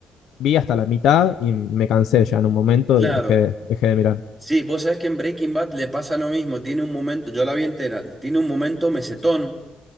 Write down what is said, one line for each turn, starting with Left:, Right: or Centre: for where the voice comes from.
Left: vi hasta la mitad y me cansé ya en un momento
Centre: claro.
Left: y dejé, dejé de mirar.
Centre: Sí, vos sabés que en Breaking Bad le pasa lo mismo, tiene un momento, yo la vi entera, tiene un momento mesetón,